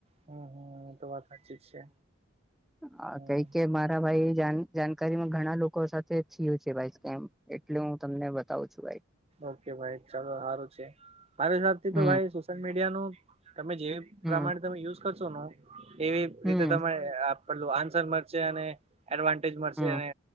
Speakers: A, on the right; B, in the centre.
A: હમ હમ એ તો વાત હાચી જ છે.
B: હ
A: હમ
B: કઈ કઈ માર હ ભાઈ જન જાણકારીમાં ઘણા લોકો સાથે થયુ છે ભાઈ સ્કેમ એટલે હું તમને બતાવું છુ, ભાઈ
A: ઓકે ભાઈ ચાલો સારું છે, મારે હસાબ થી
B: હમ
A: તો ભાઈ સોશિયલ મીડિયા નુ તમે જેવી
B: હમ
A: પ્રમાણતામાં યુઝ કરશો નો એવી
B: હમ
A: રીતે તમે પટલું આન્સર મળશે અને એડવાન્ટેજ મળશે
B: હમ
A: અને